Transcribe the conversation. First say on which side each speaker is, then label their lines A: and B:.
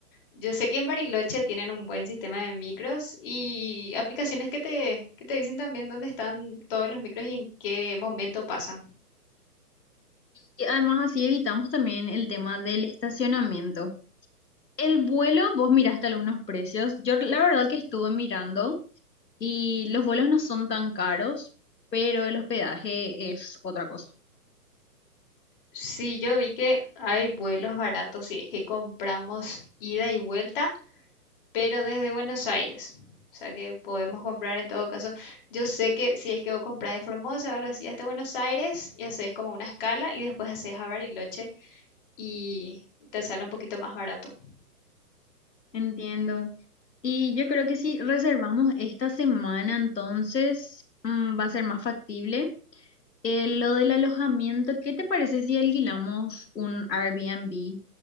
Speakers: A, on the left (about 35°); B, on the left (about 85°).
A: Yo sé que en Bariloche tienen un buen sistema de micros y aplicaciones que te, que te dicen también dónde están todos los micros y en qué momento pasan.
B: Y además así evitamos también el tema del estacionamiento. El vuelo, vos miraste algunos precios. Yo la verdad que estuve mirando y los vuelos no son tan caros, pero el hospedaje es otra cosa.
A: Sí, yo vi que hay vuelos baratos si es que compramos ida y vuelta pero desde Buenos Aires. O sea que podemos comprar en todo caso. Yo sé que si es que vos comprás de Formosa o algo así hasta Buenos Aires y haces como una escala y después haces a Bariloche y te sale un poquito más barato.
B: Entiendo. Y yo creo que si reservamos esta semana, entonces mm, va a ser más factible. Eh, lo del alojamiento, ¿qué te parece si alquilamos un Airbnb?